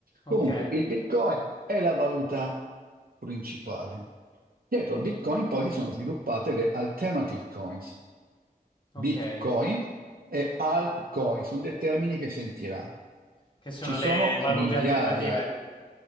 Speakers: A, on the left; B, on the right.
A: Ok,
B: Comunque, il Bitcoin è la valuta principale. Dietro al Bitcoin poi si sono sviluppate le alternative coins. Bitcoin
A: ok.
B: e altcoin, sono dei termini che sentirà.
A: Che sono
B: Ci sono
A: le valute
B: migliaia,
A: alternative?